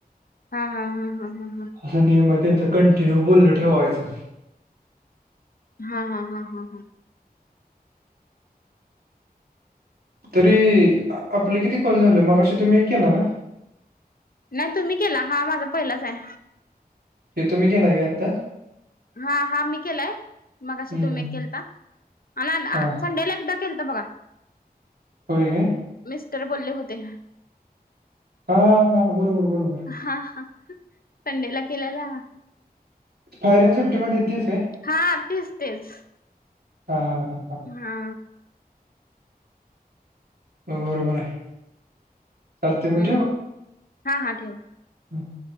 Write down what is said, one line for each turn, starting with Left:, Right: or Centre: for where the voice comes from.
Left: हा हा हा हा हा हा.
Right: असा नियम आहे त्यांचं. कंटिन्यू बोलणं ठेवायचं.
Left: हा हा हा हा हा.
Right: तरी आपले किती कॉल झाले? मघाशी तुम्ही एक केला ना?
Left: नाय तुम्ही केला. हा माझा पहिलाच आहे.
Right: हे तुम्ही केलाय का आत्ता.
Left: हा हा, मी केलाय, मगाशी
Right: हम्म
Left: तुम्ही
Right: हम्म.
Left: केलता. अणि
Right: हा
Left: संडेला एकदा केलता बघा.
Right: होय काय.
Left: मिस्टर बोलले होते.
Right: हा बरोबर बरोबर.
Left: हा हा संडेला केलेला.
Right: फायरिंग सिफ्टी मध्ये तेचं काय?
Left: हा तेच तेच.
Right: हां हां हां हां.
Left: हा.
Right: हो बरोबर आहे. चालते मग
Left: हम्म हम हा हा ठेव.
Right: हम.